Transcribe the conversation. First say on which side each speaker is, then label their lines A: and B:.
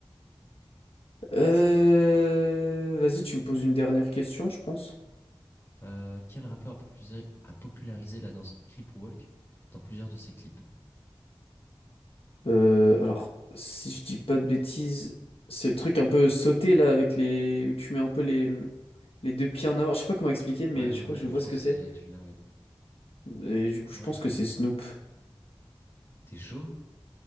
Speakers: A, on the left; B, on the left.
A: Euh,
B: Ouais, c'est clair.
A: Vas-y, tu me poses une dernière question, je pense.
B: Euh, quel rappeur a popularisé a popularisé la danse Crip Walk dans plusieurs de ses clips?
A: Euh, alors, si je dis pas de bêtises, c'est le truc un peu sauté là avec les où tu mets un peu les les deux pieds en avant. Je sais pas comment expliquer, mais
B: Ouais,
A: je
B: ouais,
A: crois
B: ouais,
A: que je
B: mais
A: vois
B: je
A: ce
B: pense
A: que
B: que
A: c'est.
B: c'est- tu l'as, oui.
A: Et du coup,
B: En
A: je
B: vrai,
A: pense
B: elle est connue.
A: que c'est Snoop.
B: T'es chaud?